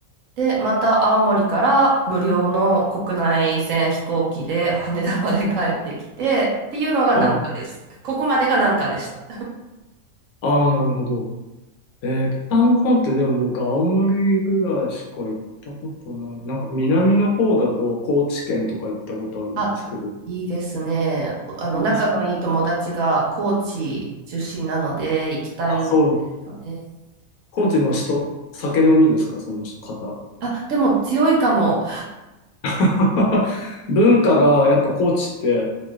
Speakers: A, on the right; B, on the left.
A: で、また青森から無料の国内線飛行機で羽田まで帰ってきてっていうのが南下です。
B: ああ、
A: ここまでが南下でした。
B: ああなるほど。えー北の方ってでも僕、青森ぐらいしか行ったことない。なんか南の方だと高知県とか行ったことあるんですけど。
A: あ、
B: い
A: いいですね。あの、仲のいい友達が高知出身なので行きたいんですよね。
B: ますかあ、そう。高知の人、
A: はい
B: 酒飲みですか、その方。
A: あ、でも強いかも。
B: <laughs> 文化がやっぱ高知って、